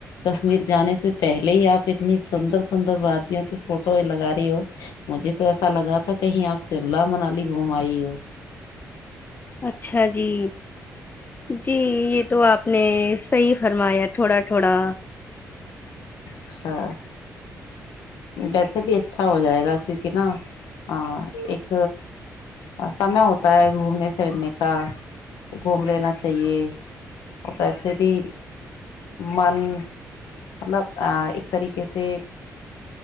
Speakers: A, on the left; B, on the left.
A: کشمیر جانے سے پہلے ہی آپ اتنی سندر سندر بادیوں کی فوٹو لگا رہی ہو مجھے تو ایسا لگ رہا تھا کہیں آپ شملہ منالی گھوم آئی ہو
B: اچھا جی جی یہ تو آپ نے صحیح فرمایا تھوڑا تھوڑا
A: اچھا ویسے بھی اچھا ہو جائے گا کیونکہ نا ہ ایک سمے ہوتا ہے گھومنے پھرنے کا گھوم لینا چاہیے اور ویسے بھی من مطلب ایک طریقے سے